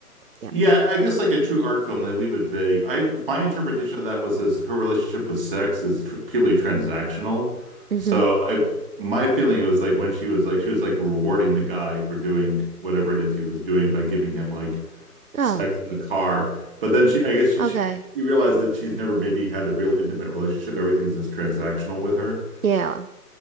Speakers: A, on the right (about 60°); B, on the right (about 35°).
A: yeah.
B: Yeah, I guess like a true art film, they leave it vague. I my interpretation of that was this her relationship with sex is tr purely transactional.
A: Mm-hmm.
B: So I my feeling it was like when she was like she was like rewarding the guy for doing whatever it is he was doing by giving him like sex
A: Oh,
B: in the car. But then she I guess she
A: okay.
B: she, she realized that she's never maybe had a real intimate relationship. Everything's just transactional with her,
A: Yeah.